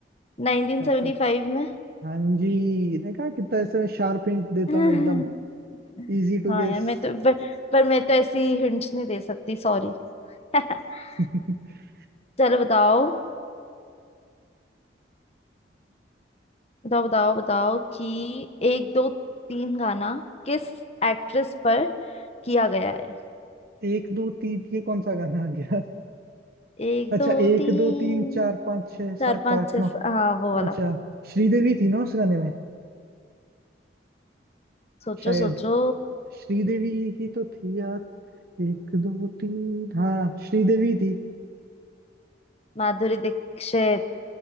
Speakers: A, on the left; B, on the right.
A: 1975
B: कब कब
A: में
B: हाँ जी देखा कितना ऐसे शार्प हिंट देता
A: <laughs>
B: हूँ एकदम इजी टू
A: हाँ
B: गेस
A: यार मैं तो पर, पर मैं तो ऐसी हिंट्स नहीं दे सकती सॉरी <laughs>
B: <laughs>
A: चलो बताओ बताओ बताओ बताओ कि एक दो तीन गाना किस एक्ट्रेस पर किया गया है
B: एक दो तीन ये कौन सा गाना आ गया
A: एक
B: अच्छा
A: दो
B: एक
A: तीन
B: दो तीन चार पाँच छह
A: चार
B: सात
A: पाँच
B: आठ
A: छह
B: नौ
A: सा- हाँ वो वाला
B: अच्छा श्रीदेवी थी ना उस गाने में
A: सोचो
B: शायद
A: सोचो
B: श्रीदेवी ही तो थी यार एक दो तीन हाँ श्रीदेवी थी
A: माधुरी दीक्षित